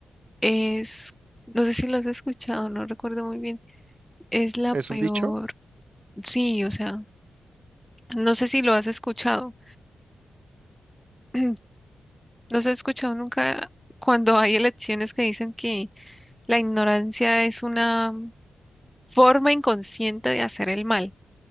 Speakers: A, in the centre; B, on the right.
A: es, no sé si lo has escuchado, no recuerdo muy bien, es la
B: Es
A: peor,
B: un dicho,
A: sí, o sea, no sé si lo has escuchado, <clears throat> no se ha escuchado nunca cuando hay elecciones que dicen que La ignorancia es una forma inconsciente de hacer el mal,